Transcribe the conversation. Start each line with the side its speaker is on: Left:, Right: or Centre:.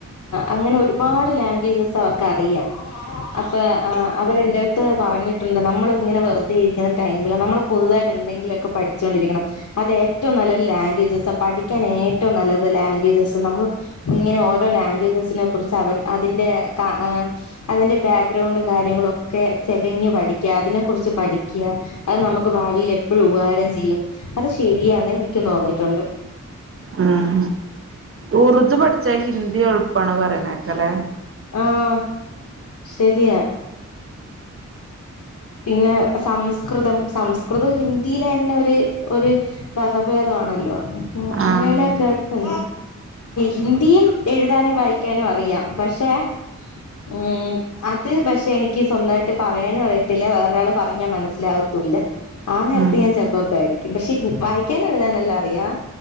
Left: അങ്ങനെ ഒരുപാട് ലാംഗ്വേജസ് അവർക്ക്റിയാം അപ്പ ആ അവരെ എന്റെ അടുത്ത് പറഞ്ഞിട്ടുണ്ട് നമ്മൾ ഇങ്ങനെ വെറുതെ ഇരിക്കുന്ന ടൈമിൽ നമ്മൾ പുതുതായിട്ട് എന്തെങ്കിലുമൊക്കെ പഠിച്ചുകൊണ്ടിരിക്കണം. അത് ഏറ്റവും നല്ല ലാംഗ്വേജസ് പഠിക്കാൻ ഏറ്റവും നല്ലത് ലാംഗ്വേജസ് നമ്മള് ഇങ്ങനെ ഓരോ ലാംഗ്വേജസിനെ കുറിച്ച് അവർ അതിന്റെ കാ അതിന്റെ ബാക്ക്ഗ്രൗണ്ടും കാര്യങ്ങളും ഒക്കെ ചകഞ് പഠിക്കുക അതിനെ കുുറിച്ച് പഠിക്കുക അത് നമുക്ക് ഭാവിയിൽ എപ്പോഴും ഉപകാരം ചെയ്യും. അത് ശരിയാെന്നെ എനിക്കും തോന്നിട്ടുണ്ട്.
Right: ഉം ഉറുദു പഠിച്ചാ ഹിന്ദി എളുപ്പാണ് പറയനേക്കല്ലെ.
Left: ആഹ ശരിയാ പിന്നെ സംസ്കൃതം സംസ്കൃതം ഹിന്ദിയിലെ തന്നെ ഒരു ഒര് ഭേദണല്ലോ അ
Right: ആഹ്
Left: അങ്ങനെല്ല കേട്ടെ ഹിന്ദിയും എഴുതാനും വായി കാനും അറിയാം പക്ഷെ. ഉം അനക്പക്ഷെ എനിക്ക് സ്വന്തമായിട്ട് പറയാനും അറിയത്തില്ല വേറൊരാള് പറഞ്ഞാ മനസ്സിലാകത്തു <unintelligible> ആ നേരത്ത്
Right: ഉം
Left: ഞാൻ ജബ്ബബ്ബ ആയിരിക്കും പക്ഷെ വായിക്കാനും എഴുതാനല്ലാം അറിയാം